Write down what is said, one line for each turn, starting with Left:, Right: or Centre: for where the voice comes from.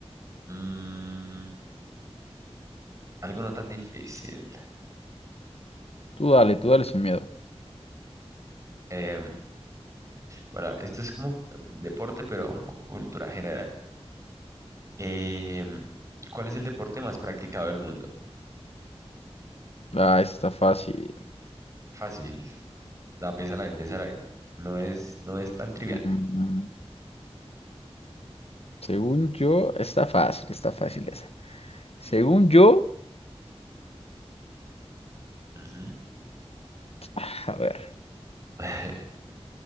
Right: Mm, algo no tan difícil.
Left: Tú dale, tú dale sin miedo.
Right: Em, bueno, esto es como deporte, pero un poco cultura general. Em, ¿cuál es el deporte más practicado del mundo?
Left: Ah, está fácil.
Right: Fácil. No, piénsala bien, piénsala bien. No es, no es tan trivial.
Left: Mm, Según yo, está fácil, está fácil esa. Según yo,
Right: Ujú.
Left: <sighs> a ver,
Right: <laughs>